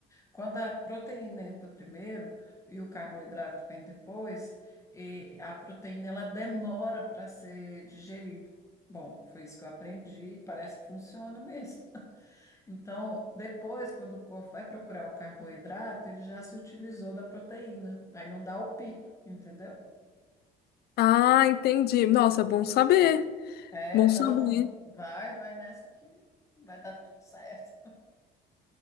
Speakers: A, on the left (about 20°); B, on the left (about 70°).
A: Quando a proteína entra primeiro e o carboidrato vem depois, e a proteína ela demora para ser digerida. Bom, foi isso que eu aprendi e parece que funciona mesmo. Então, depois, quando o corpo vai procurar o carboidrato, ele já se utilizou da proteína. Aí não dá o pico, entendeu?
B: Ah, entendi. Nossa, bom saber,
A: É,
B: bom
A: não,
B: saber.
A: vai, vai nessa que vai dar tudo certo.